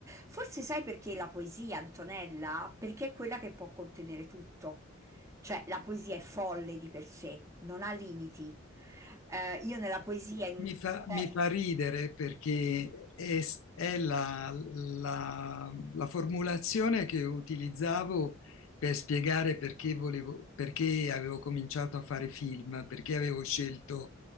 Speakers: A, on the right; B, on the left.
A: Forse sai perché la poesia, Antonella? Perché è quella che può contenere tutto. Cioè, la poesia è folle di per sé, non ha limiti. Eh, io nella poesia... in-
B: Mi fa,
A: cioè,
B: mi fa ridere perché è, è la, la- la formulazione che utilizzavo per spiegare perché volevo, perché avevo cominciato a fare film, perché avevo scelto